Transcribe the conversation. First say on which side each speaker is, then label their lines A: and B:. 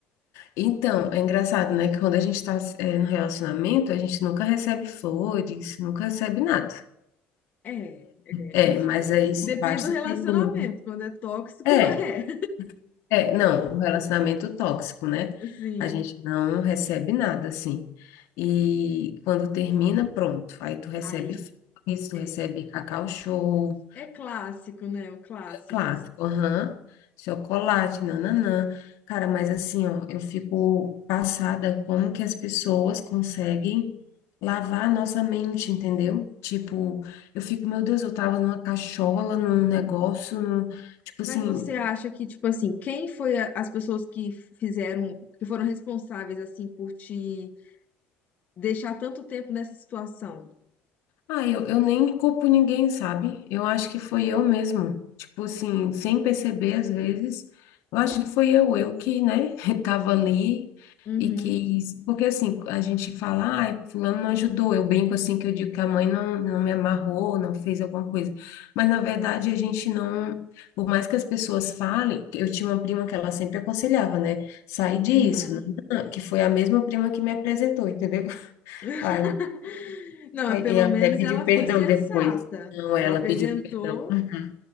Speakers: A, on the left (about 70°); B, on the left (about 30°).
A: Então, é engraçado, né? Que quando a gente está no relacionamento, a gente nunca recebe flores, nunca recebe nada.
B: É, é. <laughs>
A: É, mas aí
B: Depende
A: basta
B: do relacionamento.
A: terminar.
B: Quando é tóxico,
A: É,
B: <laughs> é.
A: é, não, um relacionamento tóxico, né?
B: Sim.
A: A gente não recebe nada, assim. E quando termina, pronto. Aí tu recebe
B: Aí,
A: flores, tu
B: é.
A: recebe cacau show,
B: É clássico, né? O clássico.
A: Clássico, aham. Chocolate, nananã. Cara, mas assim, ó, eu fico passada como que as pessoas conseguem lavar a nossa mente, entendeu? Tipo, eu fico, meu Deus, eu tava numa cachola, num negócio, num, tipo assim,
B: Mas você acha que, tipo assim, quem foi a- as pessoas que fizeram, que foram responsáveis, assim, por te deixar tanto tempo nessa situação?
A: Ah, eu, eu nem culpo ninguém, sabe? Eu acho que foi eu mesmo. Tipo assim, sem perceber às vezes, eu acho que foi eu, eu que, né, <laughs> tava ali
B: Uhum,
A: e que. Porque assim, a gente fala, ah, fulano não ajudou. Eu brinco assim que eu digo que a mãe não, não me amarrou, não fez alguma coisa. Mas na verdade a gente não. Por mais que as pessoas falem, eu tinha uma prima que ela sempre aconselhava, né? Sai disso,
B: uhum.
A: não, não, não", que foi a mesma prima que me apresentou, entendeu? <laughs>
B: <laughs>
A: Ai,
B: Não,
A: Ai,
B: pelo
A: e ela
B: menos
A: até pediu
B: ela foi
A: perdão
B: sensata.
A: depois. Não,
B: Ela
A: ela
B: apresentou,
A: pediu perdão. Uhum.